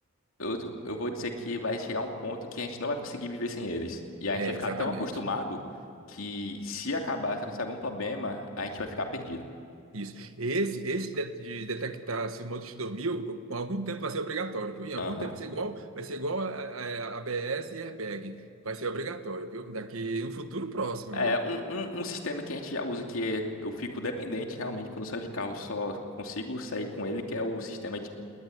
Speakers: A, on the left; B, on the right.
A: eu, eu vou dizer que vai chegar um ponto que a gente não vai conseguir viver sem eles. E a gente
B: é,
A: vai ficar
B: exatamente.
A: tão acostumado que se acabar, se acontecer algum problema, a gente vai ficar perdido.
B: Isso. Esse, esse de, de detectar se o motorista dormiu, co- com algum tempo vai ser obrigatório, viu? Em algum
A: Aham.
B: tempo vai ser igual, vai ser igual a, a, a ABS e airbag. Vai ser obrigatório, viu? Daqui um futuro próximo,
A: É
B: viu?
A: um, um, um sistema que a gente já usa, que é, eu fico dependente realmente quando eu saio de carro, só consigo sair com ele, que é o sistema